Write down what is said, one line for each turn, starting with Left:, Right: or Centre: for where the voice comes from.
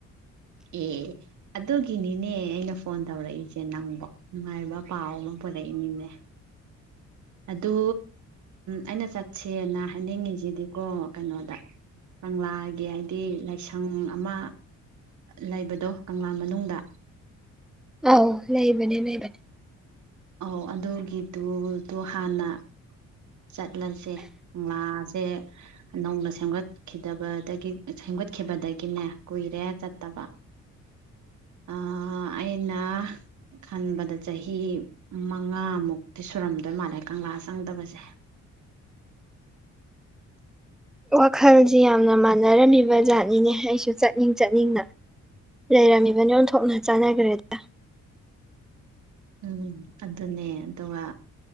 Right: ꯑꯦ ꯑꯗꯨꯒꯤꯅꯤꯅꯦ ꯑꯩꯅ ꯐꯣꯟ ꯇꯧꯔꯛꯏꯁꯦ ꯅꯪꯕꯣ ꯅꯨꯡꯉꯥꯏꯕ ꯄꯥꯎ ꯑꯃ ꯄꯨꯔꯛꯏꯅꯤꯅꯦ ꯑꯗꯨ ꯑꯩꯅ ꯆꯠꯁꯦꯅ ꯍꯥꯏꯅꯤꯡꯉꯤꯁꯤꯗꯤꯀꯣ ꯀꯩꯅꯣꯗ ꯀꯪꯂꯥꯒꯤ ꯍꯥꯏꯗꯤ ꯂꯥꯏꯁꯪ ꯑꯃ ꯂꯩꯕꯗꯣ ꯀꯪꯂꯥ ꯃꯅꯨꯡꯗ
Centre: ꯑꯥꯎ ꯂꯩꯕꯅꯦ ꯂꯩꯕꯅꯦ
Right: ꯑꯧ ꯑꯗꯨꯒꯤꯗꯨꯗꯣ ꯍꯥꯟꯅ ꯆꯠꯂꯁꯦ ꯀꯪꯂꯥꯁꯦ ꯅꯧꯅ ꯁꯦꯝꯒꯠꯈꯤꯗꯕꯗꯒꯤ ꯁꯦꯝꯒꯠꯈꯤꯕꯗꯒꯤꯅꯦ ꯀꯨꯏꯔꯦ ꯆꯠꯇꯕ ꯑ ꯑꯩꯅ ꯈꯟꯕꯗ ꯆꯍꯤ ꯃꯉꯥꯃꯨꯛꯇꯤ ꯁꯨꯔꯝꯗꯣꯏ ꯃꯥꯜꯂꯦ ꯀꯪꯂꯥ ꯆꯪꯗꯕꯁꯦ
Centre: ꯋꯥꯈꯜꯁꯤ ꯌꯥꯝꯅ ꯃꯥꯜꯂꯤ ꯃꯥꯟꯅꯔꯝꯃꯤꯕꯖꯥꯠꯅꯤꯅꯦ ꯑꯩꯁꯨ ꯆꯠꯅꯤꯡ ꯆꯠꯅꯤꯡꯅ ꯂꯩꯔꯝꯃꯤꯕ ꯑꯣꯟꯊꯣꯛꯅ ꯆꯥꯟꯅꯈ꯭ꯔꯦꯗ
Right: ꯎꯝ ꯑꯗꯨꯅꯦ ꯑꯗꯨꯒ